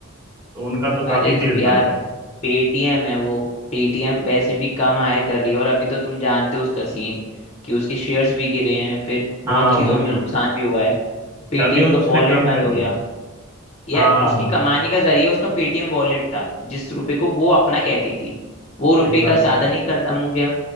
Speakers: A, on the right; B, on the left.
A: तो उनका तो काफी
B: अरे तो
A: चेल
B: यार
A: चलता है
B: पेटीएम है वो पेटीएम वैसे भी कम हायर कर रही है और अभी तो तुम जानते हो उसका सीन कि उसके शेयर्स भी गिरे हैं फिर बहुत
A: हाँ
B: चीजों
A: वही
B: में नुकसान भी हुआ है पेटीएम
A: तभी उसने
B: का वॉलेट
A: कम
B: बंद
A: कर
B: हो गया
A: दिया
B: यार
A: हाँ
B: उसकी कमाने का जरिया उसका पेटीएम वॉलेट था जिस रुपए को वो अपना कहती थी वो
A: सही
B: रुपए
A: बात
B: का साधन
A: है
B: ही खत्म हो गया